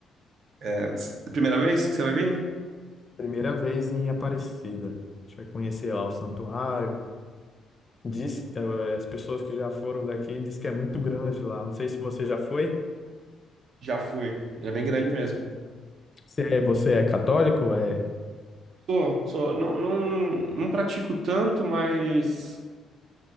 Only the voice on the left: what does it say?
Primeira vez em Aparecida. A gente vai conhecer lá o santuário. Diz, eh, as pessoas que já foram daqui diz que é muito grande lá. Não sei se você já foi.
Se é- você é católico, é.